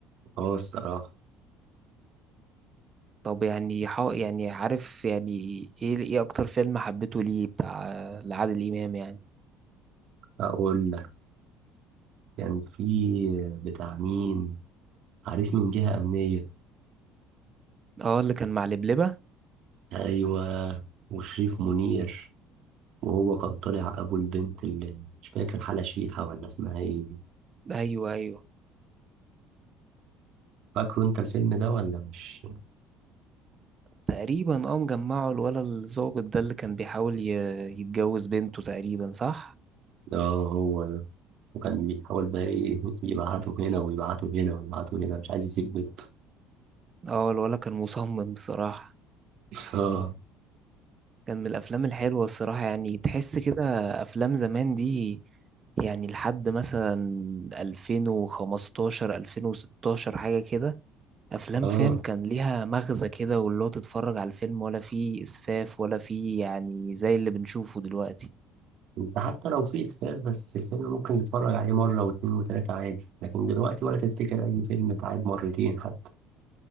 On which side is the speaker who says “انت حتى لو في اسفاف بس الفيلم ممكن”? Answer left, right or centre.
Right